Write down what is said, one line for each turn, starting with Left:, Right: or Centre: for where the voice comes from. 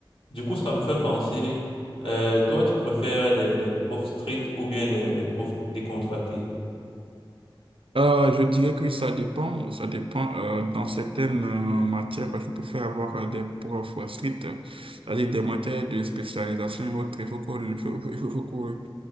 Left: Du coup, ça me fait penser, euh, toi, tu préfères des, des profs stricts ou bien des, des profs décontractés?
Right: Euh, je dirais que ça dépend. Ça dépend. euh, dans certaines euh, matières, je préfère avoir euh, des profs euh, stricts, euh, c'est-à-dire des matières de spécialisation et autres. Il faut que, il faut- il faut- il faut que,